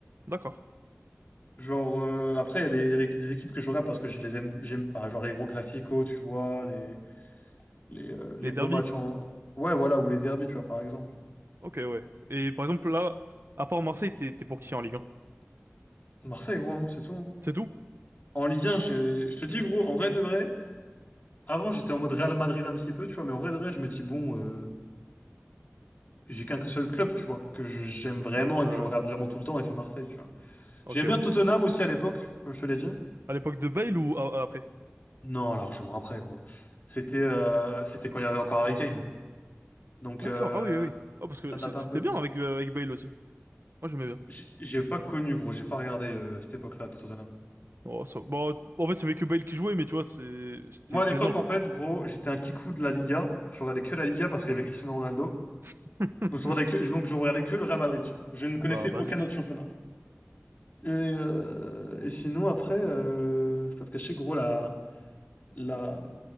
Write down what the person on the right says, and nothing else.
D'accord.
Les
derbies?
Ok, ouais. Et par exemple, là, à part Marseille, t'es, t'es pour qui en Ligue 1?
C'est tout?
Mm,
Ouais.
Ok,
ouais.
À l'époque de Bale ou a- après?
D'accord,
ah oui, oui. oui. Ah, parce que
c'est- c'était
bien avec, euh, avec Bale aussi. Moi, j'aimais bien.
Oh, ça- Bon, en fait, il y avait que Bale qui jouait, mais tu vois, c'est, c'était
plaisant,
quoi.
<laughs>
Bah, basique.